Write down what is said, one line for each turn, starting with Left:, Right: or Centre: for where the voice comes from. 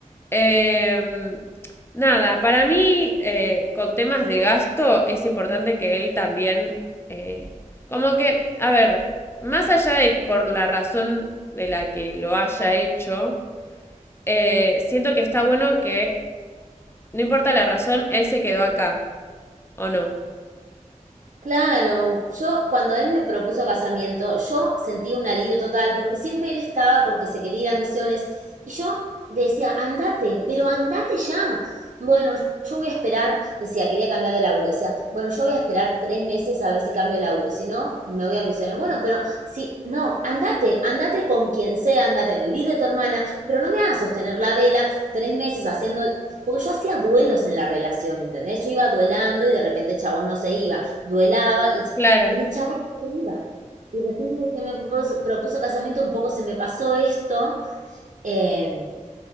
Left: Eh, nada, para mí, eh, con temas de gasto, es importante que él también, eh, como que, a ver, más allá de por la razón de la que lo haya hecho, eh, siento que está bueno que, no importa la razón, él se quedó acá, ¿o no?
Right: Claro, yo cuando él me propuso casamiento, yo sentí un alivio total, porque siempre él estaba con que se quería ir a Misiones, y yo decía, andate, pero andate ya. Bueno, yo voy a esperar, decía, quería cambiar de laburo, decía, bueno, yo voy a esperar tres meses a ver si cambio de laburo, y si no, me voy a Misiones. Bueno, pero si, no, andate, andate con quien sea, andate a vivir de tu hermana, pero no me hagas sostener la vela tres meses haciendo, porque yo hacía duelos en la relación, ¿entendés? Yo iba duelando y de repente el chabón no se iba duelaba y, cha-
Left: Claro,
Right: y el chabón no se iba. Y recién desde que me propuso, propuso casamiento un poco se me pasó esto. eh,